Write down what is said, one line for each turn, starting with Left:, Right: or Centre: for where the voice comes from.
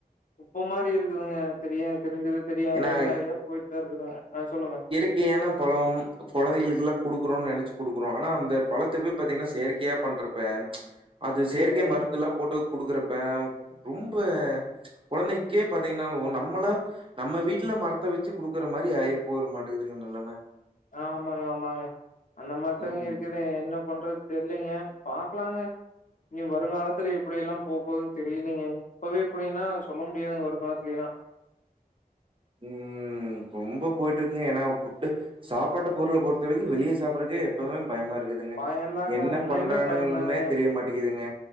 Left: குப்ப மாரி இருக்குதுங்க தெரியா தெரிஞ்சது தெரியாம
Right: ஏன்னா
Left: நெறையா போயிட்டுதா இருக்குதுங்க அ சொல்லுங்க
Right: யான பழோம் கொழந்தைகளுக்கெல்லா குடுக்கறோன் நெனச்சு குடுக்கறோ ஆனா அந்த பழத்தவே பாத்தீங்கன்னா செயற் கையா பண்றப்ப அது செயற்கை
Left: சரிங்க.
Right: மருந்துல போட்டு குடுக்குறப்ப ரொம்ப கொழந்தைக்கே பாத்தீங்கன்னாலு நம்மளா நம்ம வீட்ல மரத்த வச்சு குடுக்கற மாரி ஆயிரு போயிரு மாட்டுங்குதுங்க நெலம
Left: ஆமாங்க ஆமாங்க அந்த மார்தாங்க
Right: ம்
Left: இருக்குது என்ன பண்றது தெர்லைங்க பாக்கலாங்க இனி வருங்காலத்துல எப்பிடி எல்லா போபோதுன் தெரிலைங்க இப்பவே இப்பிடின்னா சொல்ல முடியாதுங்க வருங்காலத்துலேல்லா
Right: ம் ரொம்ப போயிட்டு இருக்குங்க
Left: ம்
Right: ஏன்னா ஃபுட்டு் சாப்பாட்ட பொருள பொறுத்த வரைக்கு வெளிய சாப்பட்றக்கே எப்பமே பயமா இருக்குது துங்க
Left: பயந்தாங்க
Right: என்ன
Left: உண்மையுமே
Right: பண்றானுகள்னே
Left: பயந்தாங்க.
Right: தெரிய மாட்டேக்குதுங்க